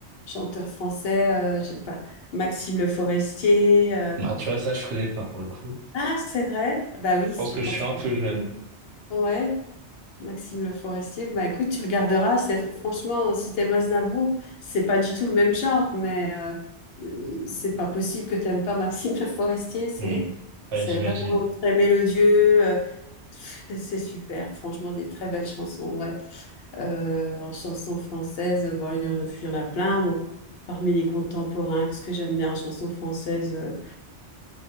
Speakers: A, on the left (about 65°); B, on the right (about 75°).
A: chanteur français, euh, j'aime pas, Maxime Le Forestier. euh.
B: Ah, tu vois, ça, je connais pas pour le coup.
A: Ah, c'est vrai? Bah oui,
B: Je
A: c'est
B: pense que je
A: forcément.
B: suis un peu jeune.
A: ouais Maxime Le Forestier, bah écoute, tu regarderas, c'est franchement, si t'aimes Aznavour, c'est pas du tout le même genre, mais euh, euh, c'est pas possible que t'aimes pas Maxime Le Forestier, c'est
B: Hmm. Ouais,
A: c'est
B: j'imagine.
A: vraiment très mélodieux, euh, <laughs> c'est c'est super, franchement, des très belles chansons, ouais. Euh, en chanson française, euh, bon, il y en, il y en a plein, bon. Parmi les contemporains, qu'est-ce que j'aime bien en chanson française, euh,